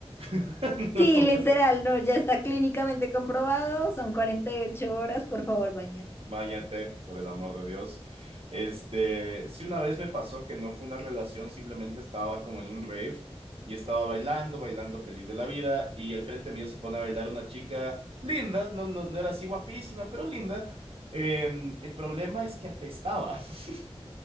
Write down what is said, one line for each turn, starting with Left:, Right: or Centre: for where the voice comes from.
Right: <laughs> no
Left: Sí,
Right: lo pongas
Left: literal,
Right: a
Left: no, ya está clínicamente comprobado, son 48 horas, por favor, bañate.
Right: Báñate, por el amor de Dios. Este, sí, una vez me pasó que no fue una relación, simplemente estaba como en un rave y estaba bailando, bailando feliz de la vida y al frente mío se pone a bailar una chica linda, no, no, no era así guapísima, pero linda. Eh, el problema es que apestaba, <laughs>